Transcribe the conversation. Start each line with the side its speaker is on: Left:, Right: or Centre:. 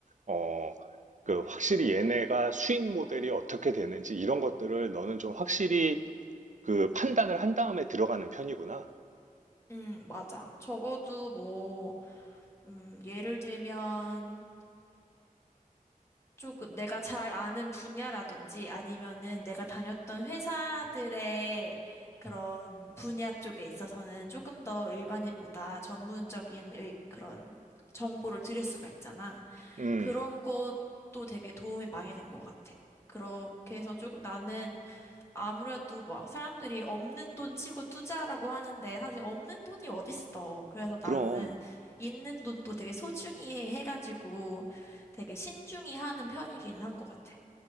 Right: 어, 그 확실히 얘네가 수익 모델이 어떻게 되는지 이런 것들을 너는 좀 확실히 그 판단을 한 다음에 들어가는 편이구나.
Left: 음, 맞아. 적어도 뭐, 음, 예를 들면 조금 내가 잘 아는 분야라든지 아니면은 내가 다녔던 회사들의 그런 분야 쪽에 있어서는 조금 더 일반인보다 전문적인 의- 그런 정보를 드릴 수가 있잖아.
Right: 음,
Left: 그런 것도 되게 도움이 많이 된 것 같아. 그렇게 해서 조금 나는 아무래도 막 사람들이 없는 돈 치고 투자라고 하는데 사실 없는 돈이 어딨어. 그래서 나는
Right: 그럼,
Left: 있는 돈도 되게 소중히 해가지고 되게 신중히 하는 편이긴 한 것 같아.